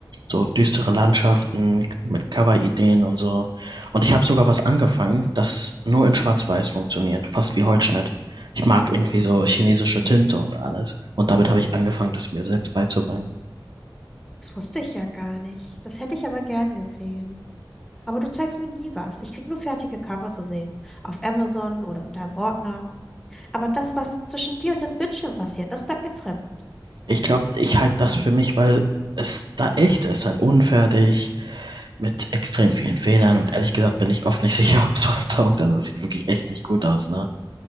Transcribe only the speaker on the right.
so düstere Landschaften mit Cover-Ideen und so. Und ich habe sogar was angefangen, das nur in Schwarz-Weiß funktioniert, fast wie Holzschnitt. Ich mag irgendwie so chinesische Tinte und alles. Und damit habe ich angefangen, das mir selbst beizubringen.
Ich glaube, ich halte das für mich, weil es da echt ist, halt unfertig, mit extrem vielen Fehlern. Und ehrlich gesagt bin ich oft nicht <laughs> sicher, ob es was taugt. Also es sieht wirklich echt nicht gut aus, ne?